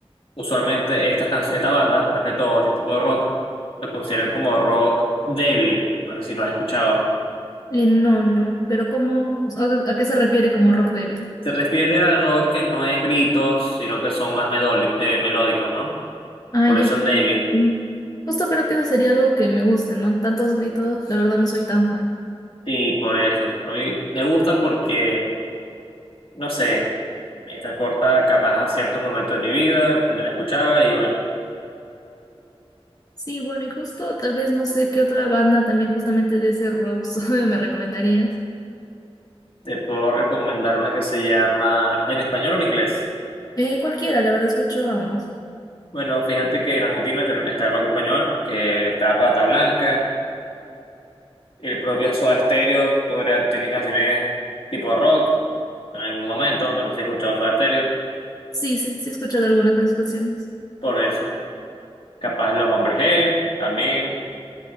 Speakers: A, on the left (about 60°); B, on the left (about 35°).
A: Usualmente estas canciones, esta banda, más que todo este tipo de rock, lo consideran como rock débil, no sé si lo has escuchado.
B: Eh, no, no, pero ¿cómo, a, a qué se refiere como rock débil?
A: Se refiere al rock que no es gritos, sino que son más medoli- eh, melódicos, ¿no?
B: Ah,
A: Por
B: ya.
A: eso el débil.
B: Mm. Justo creo que eso sería algo que me guste, ¿no? Tantos gritos, la verdad no soy tan fan.
A: Sí, por eso. A mí me gusta porque, no sé, me transporta capaz a cierto momento de mi vida donde la escuchaba y bueno,
B: Sí, bueno, y justo tal vez no sé qué otra banda también justamente de ese rock <laughs> suave me recomendarías.
A: te puedo recomendar una que se llama en español o en inglés.
B: Eh, cualquiera, la verdad escucho ambos.
A: Bueno, fíjate que en Argentina ten- está el rock español, que está Rata Blanca, el propio Soda Stereo podría, tiene canciones tipo rock en algún momento, no sé si has escuchado Soda Stereo,
B: Sí, sí, sí he escuchado algunas de sus canciones.
A: por eso. capaz los hombres G, también,